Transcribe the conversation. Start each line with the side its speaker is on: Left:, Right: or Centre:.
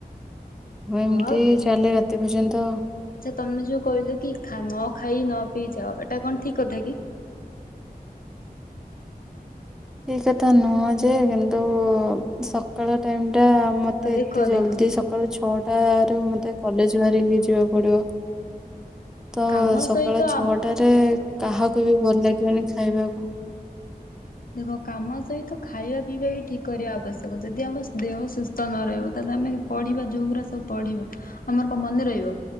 Centre: ଏମିତି
Left: ହଁ <unintelligible>
Centre: ଚାଲେ
Left: ଅ
Centre: ରାତି ପର୍ଯ୍ୟନ୍ତ
Left: ଆଚ୍ଛା ତମେ ଯୋଉ କହିଲ କି ଖା ନ ଖାଇ ନ ପିଇ ଯାଅ। ଏଟା କଣ ଠିକ କଥା କି?
Centre: ଠିକ କଥା ନୁହଁ ଯେ କିନ୍ତୁ ସକାଳ ଟାଇମ୍ ଟ ମତେ
Left: ଦେଖ
Centre: ଏତେ ଜଲଦି
Left: ଦେଖ
Centre: ସକାଳୁ ଛଅଟାରୁ ମ ମତେ କଲେଜ ବି ବାହାରିକି ବି ଯିବାକୁ ପଡିବ। ତ
Left: କାମ
Centre: ସକାଳ
Left: ସହିତ
Centre: ଛଅଟାରେ କାହାକୁ ବି ଭଲ ଲାଗିବନି ଖାଇବାକୁ।
Left: ହଁ କାମ ସହିତ ଖାଇବା ପିଇବା ବି ଠିକ କରିବା ଆବଶ୍ୟକ। ଯଦି ଆମସ୍ ଦେହ ସୁସ୍ଥ ନ ରହିବ ତାହେଲେ ଆମେ ପଢିବା ଯୋଉଗରା ସବୁ ପଢିବା ଆମର କଣ ମନେ ରହିବ?